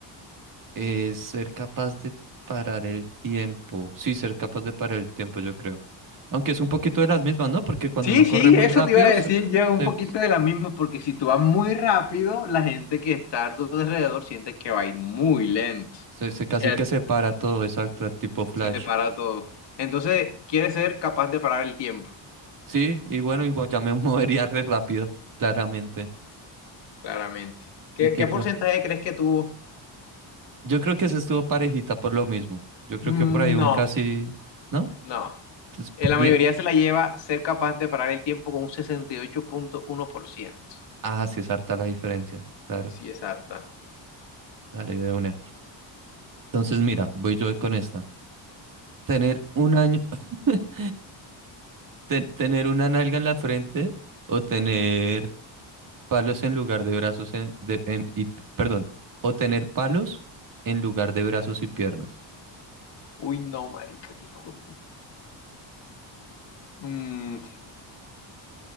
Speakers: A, on the right; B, on the left.
A: Eh, ser capaz de parar el tiempo. Sí, ser capaz de parar el tiempo, yo creo. Aunque es un poquito de las mismas, ¿no? Porque cuando
B: Sí,
A: uno
B: sí,
A: corre muy
B: eso
A: rápido,
B: te iba a decir
A: se,
B: yo un
A: se-
B: poquito de la misma, porque si tú vas muy rápido, la gente que está a tu alrededor siente que va a ir muy lento,
A: se- se casi
B: ¿cierto?
A: que se para todo, exacto, tipo Flash.
B: Se te para todo. Entonces, quieres ser capaz de parar el tiempo,
A: Sí, y bueno, igual ya me <laughs> movería re rápido, claramente.
B: claramente. ¿Qué,
A: Y qué
B: qué porcentaje
A: cu-
B: crees que tuvo?
A: Yo creo que se estuvo parejita por lo mismo. Yo creo
B: Mm,
A: que por ahí un
B: No,
A: casi, ¿no?
B: no.
A: Pues p-
B: Eh, La
A: bien.
B: mayoría se la lleva ser capaz de parar el tiempo con un 68.1%.
A: Ah, sí es harta la diferencia. Claro.
B: Sí, es harta.
A: Dale de una. Entonces, mira, voy yo con esta. Tener un año, <laughs> ten- tener una nalga en la frente o tener palos en lugar de brazos en- de- en- y, perdón, o tener palos en lugar de brazos y piernas.
B: Uy, no, marica, qué hijo de puta. Mm,